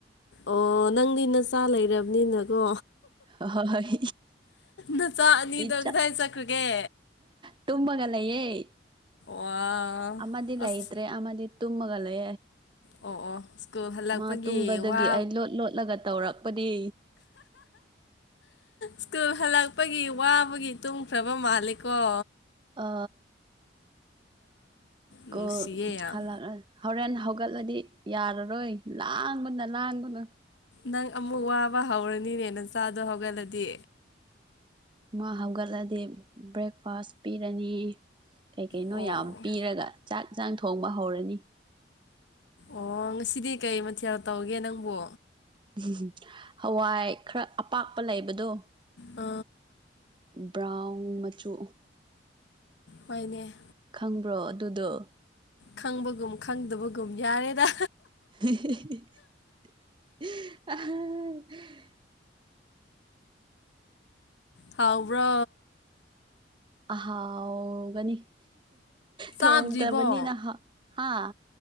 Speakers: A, on the left; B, on the right.
A: ꯑꯣ ꯅꯪꯗꯤ ꯅꯆꯥ ꯂꯩꯔꯕꯅꯤꯅꯀꯣ
B: ꯍ ꯍꯣꯏ
A: ꯅꯆꯥ ꯑꯅꯤꯗꯣ
B: ꯏꯆꯥ
A: ꯀꯗꯥꯏ ꯆꯠꯈ꯭ꯔꯒꯦ
B: ꯇꯕꯒꯂꯌꯦꯦ
A: ꯋꯥ
B: ꯑꯃꯗꯤ ꯂ
A: ꯑꯁ
B: ꯑꯩꯇ꯭ꯔꯦ ꯑꯗꯤ ꯇꯨꯃꯒꯂꯦ
A: ꯑꯣ ꯑꯣ ꯁ꯭ꯀꯨꯜ ꯍꯜꯂꯛꯄꯒꯤ
B: ꯃꯥ ꯇꯨꯝꯕꯗꯒꯤ
A: ꯋꯥ
B: ꯑꯩ ꯂꯣꯠ ꯂꯣꯠꯂꯒ ꯇꯧꯔꯛ ꯄꯗꯤ
A: ꯁ꯭ꯀꯨꯜ ꯍꯜꯂꯛꯄꯒꯤ ꯋꯥꯕꯒꯤ ꯇꯨꯡꯈ꯭ꯔꯕ ꯃꯥꯂꯀꯣ
B: ꯑ
A: ꯅꯨꯡꯁꯤꯌꯦ
B: ꯀꯣꯂ
A: ꯌꯥꯝ
B: ꯍꯣꯔꯦꯟꯦꯟ ꯍꯧ ꯍꯧꯒꯠꯂꯗꯤ ꯌꯥꯔꯔꯣꯏ ꯂꯥꯡꯕꯅ ꯂꯥꯡꯒꯅꯨ
A: ꯅꯪ ꯑꯃꯨꯛ ꯋꯥꯕ ꯍꯧꯔꯅꯤꯅꯦ ꯅ ꯆꯆꯥꯗꯣ ꯍꯧꯒꯠꯂꯗꯤ
B: ꯃꯥ ꯍꯧꯒꯠꯂꯗꯤ ꯕ꯭ꯔꯦꯛꯐꯥꯁ ꯄꯤꯔꯅꯤ ꯀꯩ ꯀꯩꯅꯣ
A: ꯑꯣ
B: ꯌꯥꯝ ꯄꯤꯔꯒ ꯆꯥꯛ ꯆꯥꯡ ꯊꯣꯡꯕ ꯍꯧꯔꯅꯤ
A: ꯑꯣ ꯉꯁꯤꯗꯤ ꯀꯩ ꯃꯊꯦꯜ ꯇꯧꯒꯦ ꯅꯪꯕꯨ
B: ꯎꯝ ꯍꯋꯥꯏ ꯈꯔ ꯑꯄꯥꯛꯄ ꯂꯩꯕꯗꯣ
A: ꯑ
B: ꯕ꯭ꯔꯥꯎꯟ ꯃꯆꯨ
A: ꯐꯅꯦ
B: ꯈꯪꯕ꯭ꯔꯣ ꯑꯗꯨꯗꯣ
A: ꯈꯪꯕꯒꯨꯝ ꯈꯪꯗꯕꯒꯨꯝ ꯌꯥꯔꯦꯗ
B: ꯑ
A: ꯍꯥꯎꯕ꯭ꯔꯣ
B: ꯍꯥꯎꯒꯅꯤ
A: ꯆꯥꯗ꯭ꯔꯤꯕꯣ
B: ꯊꯣꯡꯗꯕꯅꯤꯅ ꯍꯥ